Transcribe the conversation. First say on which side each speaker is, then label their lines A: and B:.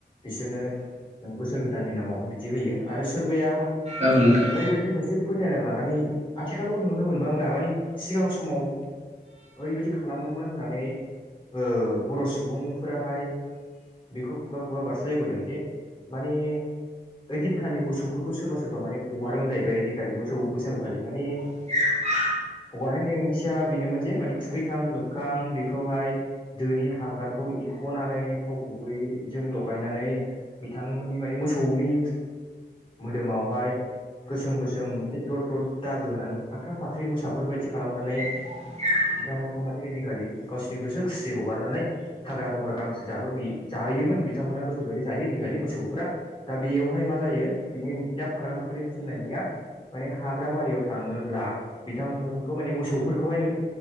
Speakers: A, on the left; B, on the right.
A: बिसोरनो माने बोसोर गोदाननि नामावहाय बिदि होयो आरो सोरबाया
B: औ नोंथां।
A: ओरैबायदि मोनसे फोथायना लानानै आथिखालाव नुनो मोनबांला माने सिगां समाव ओरैबायदि खालामोमोन होननानै ओ बर' सुबुंफोराहाय बेखौ खुगा खुगा बारस्र्लायबोदों जे माने ओइदिनखालि मोसौफोरखौ सोरबा सोरबा माने हगारोमोन जाहैबाय ओइदिनखालि मोसौ बैसागुखालि माने
B: <inaudible>
A: हगरनायनि ओं दा बेनोमोन जे माने थुखैखां लोबखां बेखौहाय दोनि हांगारखौ एख'नानै थाव गुबै जों लगायनानै बिथांमोननि माने मोसौनि मोदोमावहाय गोसोम गोसोम मोनसे दद दद दागो होनानै फाख्रा फाख्रि मोसाफोर बायदि खालामनानै
B: <inaudible>
A: बिथांमोनखौ माने ओइदिनखालि गावसोरनि गोसो खुसियै हगारनानै हाग्रा बंग्रा गांसो जाहोहैयो जाहोयो। बिथांमोना गोसोबायदि जायोखालि मोसौफ्रा दा बेयावहाय मा जायो बिनि ओंथिया फाख्रा फाख्रि फुं मान हाग्रा बारियाव थाङोब्ला बिथांमोनखौ मान मोसौ खौहाय माने